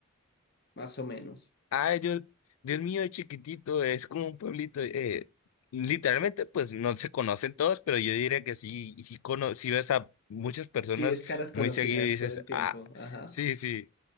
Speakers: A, on the left; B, on the left.
A: más o menos.
B: Ay, Dios, Dios mío, es chiquitito, es como un pueblito. eh, literalmente, pues no se conocen todos, pero yo diría que sí, y sí, cono sí ves a muchas personas
A: Sí, es caras conocidas
B: muy seguido y dices,
A: todo el tiempo.
B: ah,
A: Ajá.
B: sí, sí,